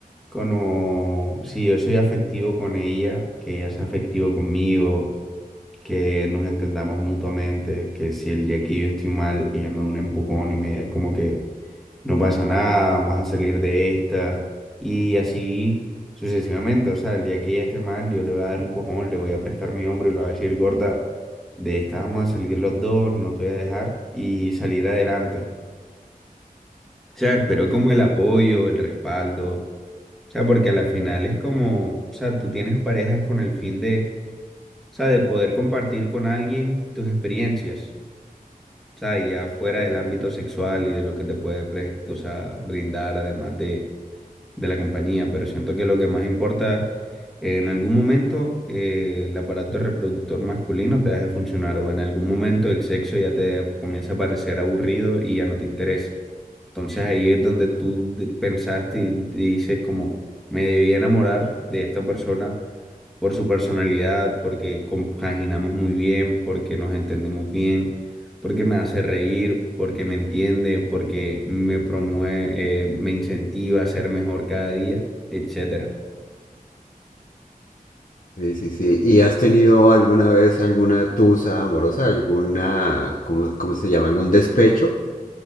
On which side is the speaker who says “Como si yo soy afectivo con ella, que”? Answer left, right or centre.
Centre